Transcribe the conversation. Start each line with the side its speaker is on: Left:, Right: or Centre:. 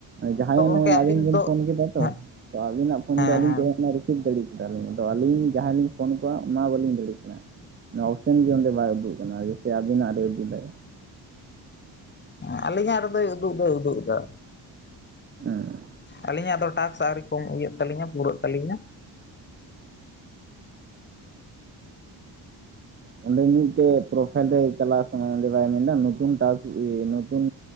Right: ᱡᱟᱦᱟᱸᱭᱟᱜ
Left: ᱛᱚ ᱜᱚᱝᱠᱮ
Right: ᱱᱚᱜ-ᱚᱭ
Left: ᱟᱹᱵᱤᱱ
Right: ᱟᱵᱤᱱ ᱵᱤᱱ
Left: ᱫᱚ
Right: ᱯᱷᱳᱱ ᱠᱮᱫᱟ ᱛᱚ,
Left: ᱦᱮᱸ
Right: ᱛᱚ ᱟᱵᱤᱱᱟᱜ ᱯᱷᱳᱱ
Left: ᱦᱮᱸ
Right: ᱫᱚ ᱟᱞᱤᱧ
Left: ᱦᱮᱸ
Right: ᱴᱷᱮᱡ ᱦᱮᱡᱱᱟ ᱨᱤᱥᱤᱵᱷ ᱫᱟᱲᱮ ᱠᱮᱫᱟᱞᱤᱧ, ᱟᱫᱚ ᱟᱹᱞᱤᱧ ᱡᱟᱦᱟᱸᱭᱞᱤᱧ ᱯᱷᱳᱱᱟ ᱠᱚᱣᱟ ᱚᱱᱟ ᱵᱟᱹᱞᱤᱧ ᱫᱟᱲᱮᱭᱟᱜ ᱠᱟᱱᱟ ᱚᱱᱟ ᱚᱯᱥᱮᱱ ᱜᱮ ᱚᱸᱰᱮ ᱵᱟᱭ ᱩᱫᱩᱜ ᱠᱟᱱᱟ ᱡᱮᱭᱥᱮ ᱟᱵᱤᱱᱟᱜ ᱨᱮ ᱩᱫᱩᱜᱫᱟᱭ
Left: ᱦᱮᱸ ᱟᱞᱤᱧᱟᱜ ᱨᱮᱫᱚᱭ ᱩᱫᱩᱜ ᱫᱚᱭ ᱩᱫᱩᱜ ᱮᱫᱟ
Right: ᱦᱮᱸ
Left: ᱟᱹᱞᱤᱧᱟᱜ ᱫᱚ ᱴᱟᱠᱥ ᱟᱹᱣᱨᱤ ᱠᱚᱢ ᱤᱭᱟᱹᱜ ᱛᱟᱹᱞᱤᱧᱟ ᱯᱩᱨᱟᱹᱜ ᱛᱟᱹᱞᱤᱧᱟ
Right: ᱚᱸᱰᱮ ᱢᱤᱫᱴᱮᱡ ᱯᱨᱚᱯᱷᱟᱭᱤᱞ ᱨᱮ ᱪᱟᱞᱟᱜ ᱮᱸᱻ ᱚᱸᱰᱮ ᱵᱟᱭ ᱢᱮᱱᱫᱟ ᱱᱚᱛᱩᱱ ᱴᱟᱠᱥ ᱤᱭᱟᱹ ᱱᱚᱛᱩᱱ